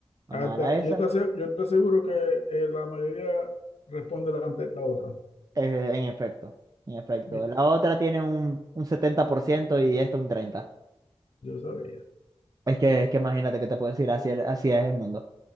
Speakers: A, on the right; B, on the left.
A: Vamos
B: Hasta-
A: a la esa.
B: yo te ase- yo te aseguro que eh, la mayoría responde la, ante la otra.
A: Eh, en efecto, en efecto.
B: ¿Viste?
A: La otra tiene un, un 70% y esta un 30%.
B: Yo sabía.
A: Es que, es que imagínate que te puedo decir, así, el- así es el mundo.